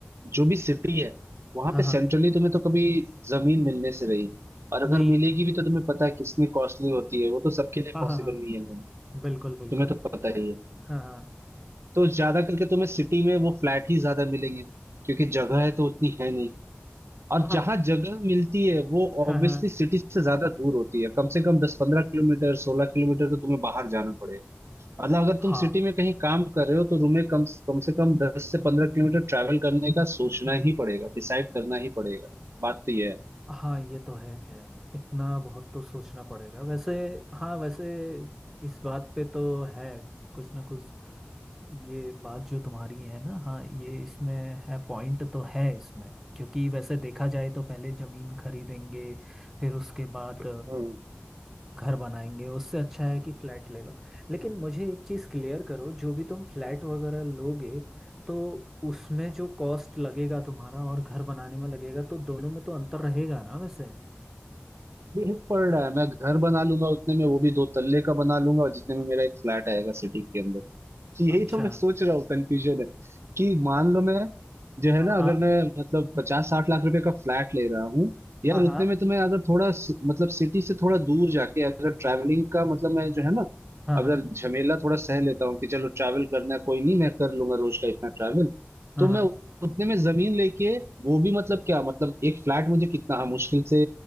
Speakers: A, on the right; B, in the centre.
A: जो भी सिटी है वहां
B: हाँ
A: पे
B: हाँ
A: सेंट्रली
B: हाँ
A: तुम्हें तो कभी जमीन मिलने से रही और अगर
B: नहीं
A: मिलेगी भी तो तुम्हें पता है कितनी कॉस्टली होती है वो तो सबके लिए
B: हाँ
A: पॉसिबल
B: हाँ हाँ
A: नहीं है मैम
B: बिल्कुल बिल्कुल
A: तुम्हें तो पता ही है
B: हाँ हाँ
A: तो ज्यादा करके तुम्हें सिटी में वो फ्लैट ही ज्यादा मिलेंगे क्योंकि जगह है तो उतनी है नहीं और
B: हाँ
A: जहां जगह मिलती है वो
B: हाँ
A: ऑब्वियसली
B: हाँ
A: सिटी से ज्यादा दूर होती है कम से कम दस पंद्रह किलोमीटर सोलह किलोमीटर तो तुम्हें बाहर जाना पड़ेगा मतलब अगर तुम
B: हाँ
A: सिटी में कहीं काम कर रहे हो तो तुम्हें कम कम से कम दस से पंद्रह किलोमीटर ट्रैवल करने का सोचना ही पड़ेगा डिसाइड करना ही पड़ेगा बात तो ये है
B: हाँ ये तो है खैर इतना बहुत तो सोचना पड़ेगा वैसे हाँ वैसे इस बात पे तो है कुछ ना कुछ ये बात जो तुम्हारी है ना हाँ ये इसमें है पॉइंट तो है इसमें क्योंकि वैसे देखा जाए तो पहले जमीन खरीदेंगे फिर उसके बाद
A: हम्म
B: घर बनाएंगे उससे अच्छा है कि फ्लैट ले लो लेकिन मुझे एक चीज़ क्लियर करो जो भी तुम फ्लैट वगैरह लोगे तो उसमें जो कॉस्ट लगेगा तुम्हारा और घर बनाने में लगेगा तो दोनों में तो अंतर रहेगा ना वैसे
A: ये पड़ रहा है मैं घर बना लूंगा उतने में वो भी दो तल्ले का बना लूंगा और जितने में मेरा एक फ्लैट आएगा सिटी के अंदर तो यही
B: अच्छा
A: तो मैं सोच रहा हूँ कंफ्यूजन है कि मान लो मैं जो है
B: हाँ
A: ना अगर
B: हाँ
A: मैं मतलब पचास साठ लाख रुपए का फ्लैट ले रहा हूँ यार
B: हाँ
A: उतने
B: हाँ
A: में तो मैं अगर थोड़ा सि- मतलब सिटी से थोड़ा दूर जाके अगर ट्रैवलिंग का मतलब मैं जो है ना
B: हाँ
A: अगर
B: हाँ
A: झमेला थोड़ा सह लेता हूँ कि चलो ट्रैवल करना है कोई नहीं मैं कर लूंगा रोज का इतना ट्रैवल
B: हाँ
A: तो
B: हाँ
A: मैं उतने में जमीन लेके वो भी मतलब क्या मतलब एक फ्लैट मुझे कितना हाँ मुश्किल से